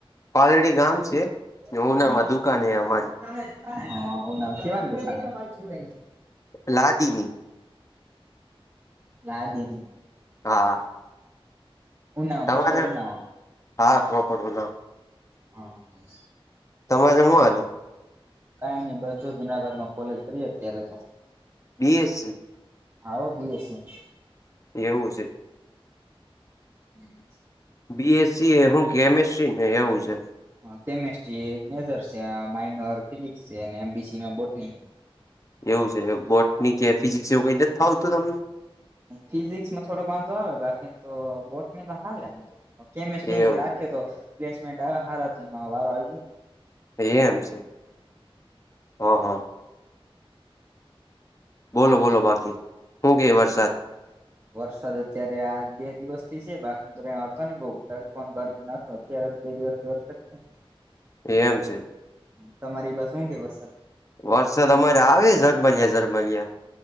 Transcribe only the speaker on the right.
હં
<unintelligible>
લાદીની
ઉનાવા
પ્રોપર ઉનાવા.
હા,
કઈ નઈ બસો જુનાગઢનું કોલેજ કરીએ, અત્યારે તો
આહો બી એસસી.
હમ.
હ કેમેસ્ટ્રી એ મેજર છે આ માઇનર ફિઝિકસ છે અને એમબીસી બોટની હે.
ફિઝિક્સમાં થોડોક વાંધો આવે. બાકીન તો બોટની તો હાલે એમ તો. કેમેસ્ટીયન
રાખ્યો તો પ્લેસમેન્ટ હારમાં વારો આવી જાયને.
વરસાદ અત્યારે આજ બે દિવસથી છે. બાકીનો કઈ હતો ને બઉ ઉ પણ ગરમીનું તો અત્યારે તો બે દિવસથી વરસાદ છે.
તમારી બસ હું કે વરસાદ